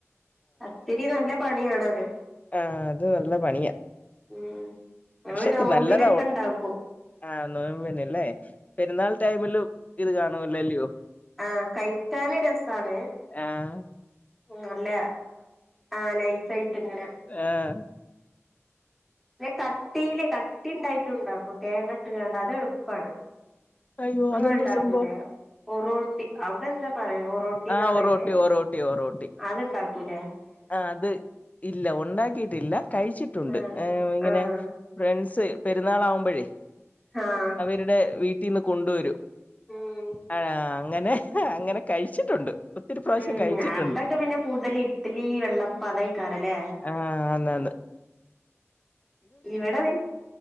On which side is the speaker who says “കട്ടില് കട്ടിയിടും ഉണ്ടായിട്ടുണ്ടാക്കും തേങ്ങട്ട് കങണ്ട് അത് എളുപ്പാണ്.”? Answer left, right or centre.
Centre